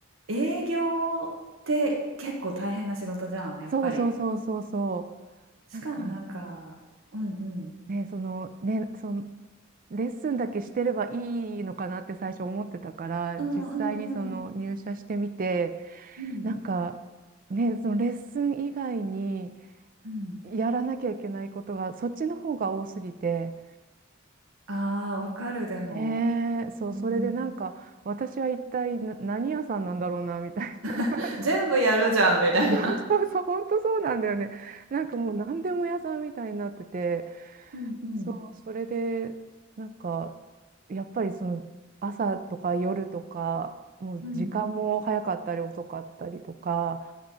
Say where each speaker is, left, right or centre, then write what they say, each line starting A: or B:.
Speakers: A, on the right; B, on the right.
A: 営業って結構大変な仕事じゃん、やっぱり。
B: そうそうそうそうそ
A: しかもなんか、
B: う。なんか
A: うんうん。う
B: ね、そのね、そのレッスンだけしてればいいのかなって最初思ってたから、
A: んうんう
B: 実際にその入社してみて、
A: ん。うん
B: なんかね、そのレッスン以外に
A: うん。
B: やらなきゃいけないことがそっちの方が多すぎて、
A: ああ、わかる、でも。
B: ねえ、そう、
A: うんうん。
B: それでなんか私は一体な何屋さんなんだろうなみたいな。<laughs>
A: <laughs> 全部やるじゃんみたいな。
B: そうそうそう、本当そうなんだよね。なんかもう何でも屋さんみたいになってて。
A: うんうん
B: そう、それで、なんか、やっぱりその朝とか夜とか、もう時間も早かったり遅かったりとか、
A: うん。